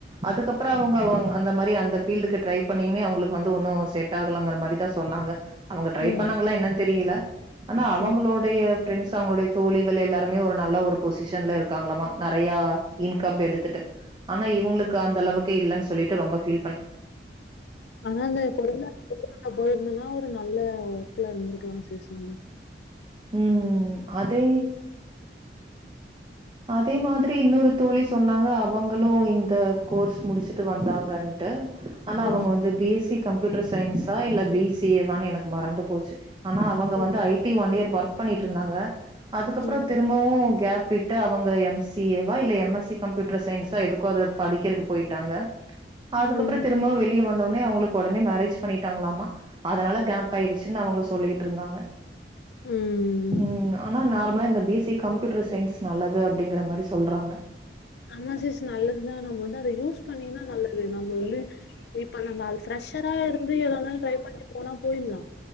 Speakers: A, on the right (about 25°); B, on the left (about 70°).
A: அதுக்கப்றோ அவுங்கவுங் அந்த மாறி அப்டி அந்த ஃபீல்டுக்கு ட்ரை பண்ணியுமே அவுங்ளுக்கு வந்து ஒன்னூ செட் ட்டாகலங்கற மாரி தா சொன்னாங்க அவங்க ட்ரை
B: ம்
A: பண்ணாங்ளா என்னன் தெரில ஆனா அவங்ளொடைய
B: ம்.
A: ஃப்ரெண்ட்ஸ் அவங்களுடைய தோழிகள் எல்லாருமே ஒரு நல்ல ஒரு பொசிஷன்ல இருக்காங்ளாமா நெறையா இன்கம் எடுத்திட்டு ஆனா இவுங்ளுக்கு அந்த அளவுக்கு இல்லன் சொல்லிட்டு ரொம்ப ஃபீ
B: ஆனா இந்த கொரனா போயிருந்தன்னா ஒரு நல்ல ஒர்க்ல இருந்திருக்கலாம் சிஸ் ம்
A: உம் அதே அதே மாதிரி இன்னொரு தோழி சொன்னாங்க அவங்களும் இந்த கோர்ஸ் முடிச்சுட்டு வந்தாங்கன்ட்டு ஆனா
B: ம்,
A: அவங்க வந்து பி எஸ் சி கம்ப்யூட்டர் சயின்ஸா இல்ல பி சி ஏ வான்னு எனக்கு மறந்து போச்சு ஆனா அவங்க
B: ம்,
A: வந்து I T one year work பண்ணிட்ருந்தாங்க அதுக்கப்பறம்
B: ம்,
A: திரும்பவும் கேப் ட அவங்க எம் சி ஏ வா இல்ல எம் எஸ் சி கம்ப்யூட்டர் சயின்ஸோ எதுக்கோ அத படிக்கிறக்கு போயிட்டாங்க அதுக்கப்பறம்
B: ம்,
A: திரும்பவும் வெளியே வந்தோன னே அவுங்களுக்கு உடனே மேரேஜ் பண்ணிட்டாங்களாமா அதுனால கேப் ஆயடுச்சுன்னு அவங்க சொல்லிட்டுருந்தாங்க
B: ம்.
A: உம் ஆனா நார் ம இந்த B S C computer science நல்லது அப்டிங்கற மாரி சொல்றாங்க
B: ஆமா சிஸ் நல்லதுதான் நம்ம வந்து அதை யூஸ் பண்ணீங்ன்னா நல்லது நம்ம வந்து இப்ப நம்ம அது ஃப்ரெஷரா இருந்து ஏதனாலும் ட்ரை பண்ணி போனா போயிலாம்